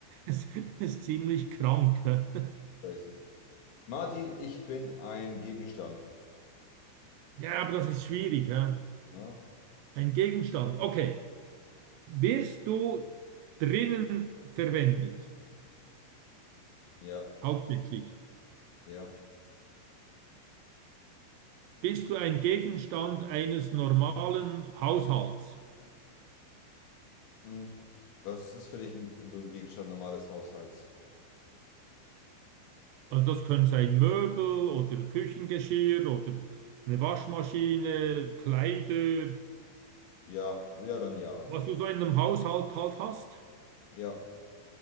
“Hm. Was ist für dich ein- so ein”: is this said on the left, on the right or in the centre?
Left